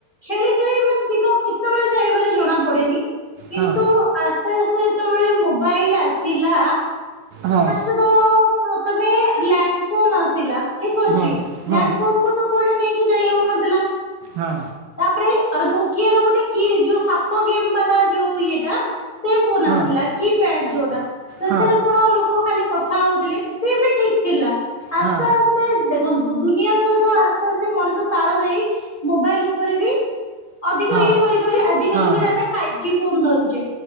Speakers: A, on the left; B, on the right.
A: ଖେଳି ଖେଳି ମାନେ ଦିନ କେତବେଳେ ଯାଏ ଭାରି ଜଣା ପଡେନି। କିନ୍ତୁ
B: ହଁ
A: ଆସ୍ତେ ଆସ୍ତେ ଯେତବେଳେ ମୋବାଇଲ ଆସିଲା
B: ହଁ।
A: ତୁ ତ ପ୍ରଥମେ ଲ୍ୟାଣ୍ଡ ଫୋନ୍ ଆସିଲା ଠିକ୍ ଅଛି।
B: ହଁ
A: ଲ୍ୟାଣ୍ଡ
B: ହଁ
A: ଫୋନ୍ କୁ ତ କୁଆଡ଼େ ନେଇକି ଯାଇ ହଉନଥିଲା।
B: ହଁ।
A: ତାପରେ ନୋକିଆର ଗୋଟେ କି ଯୋଉ ସାପ ଗେମ୍ ବାଲା ଯୋଉ ଇଏଟା ସେ ଫୋନ
B: ହଁ
A: ଆସିଲା କିପ୍ୟାଡ଼ ଯୋଉଟା ସେଥିରେ
B: ହଁ
A: କଣ ଲୋକ ଖାଲି କଥା ହଉଥିଲେ ସେ ବି ଠିକ୍ ଥିଲା ଆସ୍ତେ
B: ହଁ
A: ଆସ୍ତେ ଦେଖନ୍ତୁ ଦୁନିଆ ସହିତ ଆସ୍ତେ ଆସ୍ତେ ମଣିଷ ତାଳ ଦେଇ ମୋବାଇଲ ଉପରେ ବି ଅଧିକ
B: ହଁ
A: ଇଏ କରି କରି ଆଜି କା
B: ହଁ
A: ଯୁଗରେ
B: ହଁ
A: ଆମେ ଫାଇଫ ଜି ଫୋନ ଧରୁଛେ।